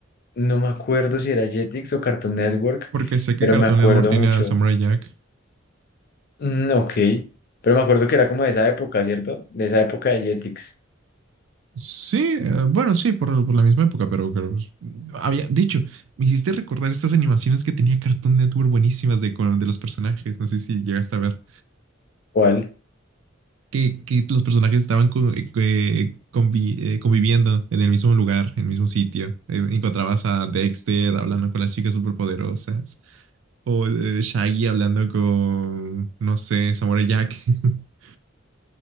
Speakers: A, on the left; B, on the right.
A: No me acuerdo si era Jetix o Cartoon Network,
B: Porque sé que
A: pero
B: Cartoon
A: me acuerdo
B: Network tiene
A: mucho.
B: a Samurai Jack.
A: Mm, ok. Pero me acuerdo que era como de esa época, ¿cierto? De esa época de Jetix.
B: Sí, eh, bueno, sí, por, por la misma época, pero, creo pues, había. De hecho, me hiciste recordar estas animaciones que tenía Cartoon Network buenísimas de, con- de los personajes. No sé si llegaste a ver.
A: ¿Cuál?
B: que, que los personajes estaban co- eh, convi- eh, conviviendo en el mismo lugar, en el mismo sitio. Eh, encontrabas a Dexter hablando con las chicas superpoderosas, o eh, Shaggy hablando con, no sé, Samurai Jack. <laughs>